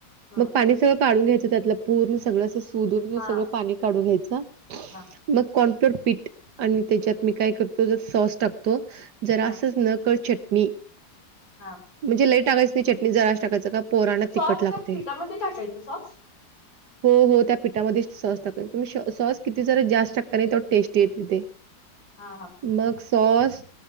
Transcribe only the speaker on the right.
मग पाणि सगळं काढून घ्यायचं त्यातलं पूर्ण सगळं अस सुधून
सगळं पाणी काढून घ्यायचं.
मग कॉनप्युर पीठ आणि त्याच्यात मी काय करतो ज सॉस टाकतो जरा
असंच न कळतं चट णी --
म्हणजे लई टाकायच नाही चटणी जराशी टाकायंच. का पोरांना
तिखट लागते
हो. हो. त्या पिठामध्ये सॉस टाकत तुम्ही सॉस किती जरा जास्त टाकता ना तेवढ टेस्टी येति ते.
मग सॉस